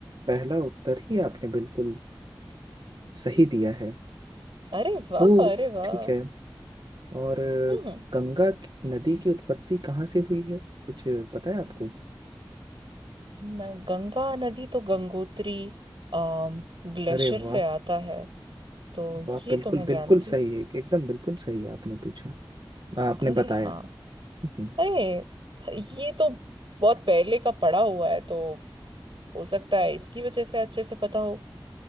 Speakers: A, on the right (about 65°); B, on the right (about 80°).
A: पहला उत्तर ही आपने बिल्कुल सही दिया है
B: अरे वाह
A: तो
B: अरे वाह
A: ठीक है और अ,
B: हम्म
A: गंगा की- नदी की उत्पत्ति कहाँ से हुई है कुछ पता है आपको
B: न गंगा नदी तो गंगोत्री ग्लेशियर
A: अरे वाह
B: से आता है तो
A: वाह
B: ये
A: बिल्कुल
B: तो मैं जानती
A: बिल्कुल सही
B: हूँ
A: है एकदम बिल्कुल सही आपने पूछा आपने
B: अरे
A: बताया
B: हाँ
A: हम्म,
B: अरे ये तो बहुत पहले का पढ़ा हुआ है तो हो सकता है इसकी वजह से अच्छे से पता हो